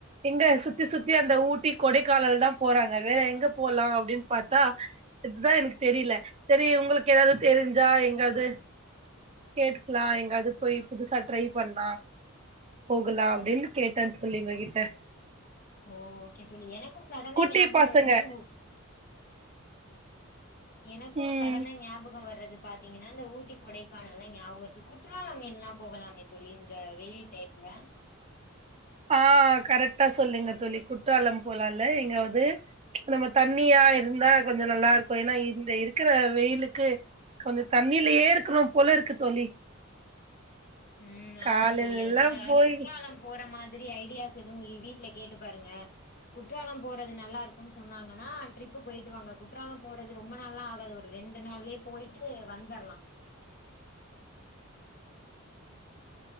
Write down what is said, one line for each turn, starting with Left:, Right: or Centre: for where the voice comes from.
Right: எங்க சுத்தி சுத்தி அந்த ஊட்டி கொடைக்கானல் தா போறாங்க வேற எங்க போலா அப்டின் பாத்தா இதுதா எனக்கு தெரில சேரி உங்களுக்கு ஏதாவ்து தெரிஞ்சா எங்காவ்து கேட்டுக்லா எங்காவ்து போய் புதுசா ட்ரை பண்லா போகலாம் அப்டின்னு கேட்டன் தோழி உங்க கிட்ட
Left: ஓகே தோழி எனக்கும் சடனா
Right: குட்டி
Left: ஞாபகம்
Right: பசங்க
Left: வர்றது ஊ எனக்கூ
Right: ம்
Left: சடனா ஞாபகம் வர்றது து பாத்தீங்கன்னா இந்த ஊட்டி கொடைக்கானல்லா ஞயாபகம் வருது குற்றாலம் வேன்னா போகலாமே தோழி இந்த வெயில் டைம் ல
Right: ஆ கரெக்டா சொல்லிங்க தோழி குற்றாலம் போலால்ல எங்கயாவ்து நம்ம தண்ணியா இருந்தா கொஞ்ச நல்லா இருக்கும் ஏன்னா இந்த இருக்குற வெயிலுக்கு கொஞ்சோ தண்ணிலயே இருக்கணும் போல இருக்கு தோழி
Left: ம்
Right: காலையில
Left: ஆமா தோழி அதனால
Right: எல்லாம் போய்
Left: குற்றாலம் போற மாத் திரி ஐடியாஸ் எதுவு வீட்ல கேட்டு பாருங்க குற்றாலம் போறது நல்லா இருக்குன் சொன்னாங்கன்னா ட்ரிப் போயிட்டு வாங்க குற்றாலம் போறது ரொம்ப நாள்ல்லா ஆகாது ஒரு ரெண்டு நாள்ளயே போயிட்டு வந்தரலா